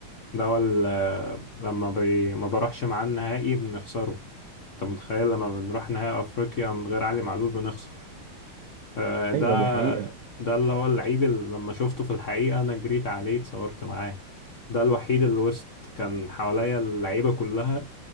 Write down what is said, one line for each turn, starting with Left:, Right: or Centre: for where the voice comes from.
Left: ده هو اللي لما بي... ما بروحش معاه النهائي بنخسره أنت متخيل لما بنروح نهائي أفريقيا من غير علي معلول بنخسر آه، ده
Right: أيوة دي حقيقة
Left: ده اللي هو اللعيب اللي لما شفته في الحقيقة أنا جريت عليه اتصورت معاه ده الوحيد اللي وسط كان حواليا اللعيبة كلها